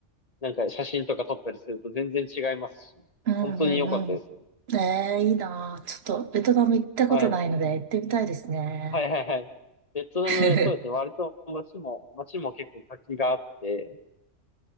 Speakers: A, on the left; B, on the right.
A: なんか写真とか撮ったりすると全然違いますし、
B: うんうんうん。
A: 本当に良かったですよ。
B: ええいいなあちょっとベトナム行ったことないので行ってみたいですね。
A: はい。はいはいはい。ベトナム、
B: <laughs>
A: そうですね。割と街も、街も結構活気があって、